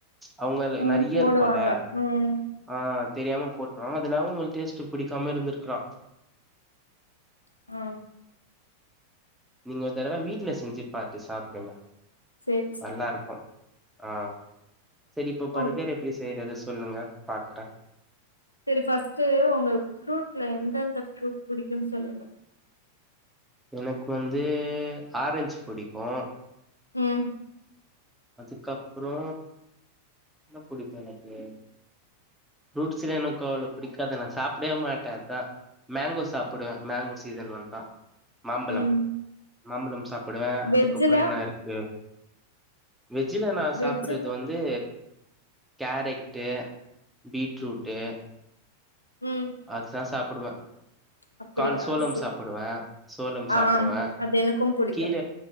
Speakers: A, in the centre; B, on the left (about 80°).
A: அவுங்களு
B: ம்
A: நெறைய
B: போடுவாங்க
A: இருக்குல
B: ம்
A: அ தெரியாம போட்டுருவாங்க அது இல்லாம உங்களுக்கு டேஸ்ட் பிடிக்காம இருந்திருக்கலா
B: அ
A: இன்னொரு தடவை வீட்டுல செஞ்சு பாத்து சாப்டுங்க
B: சேரி சேரி
A: நல்லா இருக்கு அ சரி இப்போ
B: ஓ
A: பர்கர் எப்டி செய்யறது சொல்லுங்க பாக்றே
B: சரி ஃபர்ஸ்ட்ட் உங்களுக்கு ஃப்ரூட்ல எந்தெந்த ஃப்ரூட் பிடிக்கும்ன்னு சொல்லுங்க
A: எனக்கு வந்து ஆரஞ்சு பிடிக்கு
B: ம்
A: அதுக்கப்பறோ என்ன பிடிக்கு எனக்கு ஃப்ரூட்ஸ்ல எனக்கு அவ்வளவு பிடிக்காது நா சாப்டவே மாட்டே அதா மேங்கோ சாப்டுவே மேங்கோ சீசன் வந்தா மாம்பழம்
B: ம்
A: மாம்பழம் சாப்டுவே
B: வெஜ்ஜுல
A: அதுக்கப்பறோ என்ன இருக்கு வெஜ்ஜல நா
B: வெஜ்ஜுல
A: சாப்டுறது வந்து கேரெட்டு பீட்ரூட்டு
B: ம்
A: அதுதா சாப்டுவே
B: அப்படியா
A: கான் சோளம்
B: சரி
A: சாப்டுவே சோளம்
B: ஆ
A: சாப்டுவே
B: அது எனக்கும் புடிக்கு
A: கீர